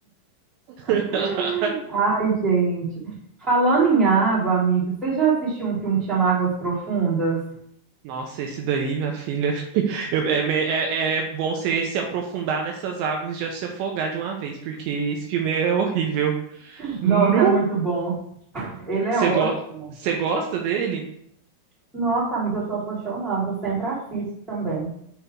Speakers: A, on the right; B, in the centre.
A: <laughs>
B: <laughs> Ai, gente. Falando em água, amigo, você já assistiu um filme que chama Águas Profundas?
A: Nossa, esse daí, minha filha. <laughs> eu- é, me- é, é bom você se aprofundar nessas águas e já se afogar de uma vez, porque esse filme é horrível. Nu!
B: Nossa, é muito bom. Ele é
A: Você
B: ótimo.
A: go- você gosta dele?
B: Nossa, amigo, eu sou apaixonada, eu sempre assisto também.